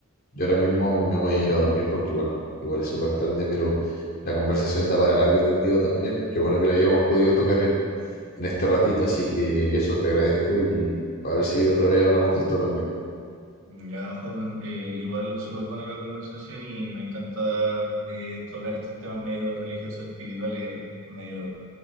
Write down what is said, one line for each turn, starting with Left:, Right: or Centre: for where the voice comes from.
Left: yo ahora mismo me voy a ir a dormir porque, bueno, igual es súper tarde, pero la conversación da para largo y tendido también. Qué bueno que la hayamos podido tocar en, en este ratito, así que eso te agradezco y a ver si otra vez hablamos de esto también. pues.
Right: Ya, Joaquín, eh, igual súper buena la conversación y me encanta eh, tocar estos temas medio religiosos, espirituales, medio